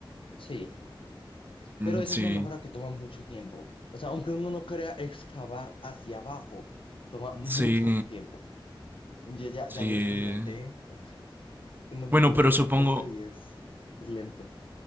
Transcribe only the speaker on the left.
sí.
Pero eso
es una mejora que toma mucho tiempo. O sea, aunque uno no crea excavar hacia abajo, toma mucho
tiempo. Yo ya,
ya lo experimenté haciendo mejoras
en
la casa y es, es lento,